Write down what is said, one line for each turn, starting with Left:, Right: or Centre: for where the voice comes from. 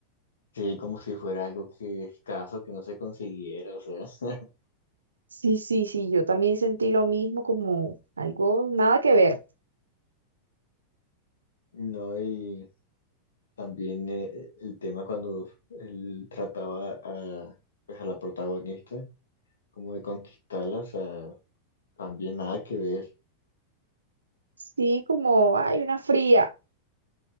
Left: sí, como si fuera algo que escaso, que no se consiguiera, o sea, <laughs>
Right: Sí, sí, sí, yo también sentí lo mismo como algo, nada que ver.
Left: no, y también eh, el tema cuando él trataba a, pues, a la protagonista, como de conquistarla, o sea, también nada que ver.
Right: Sí, como, hay una fría.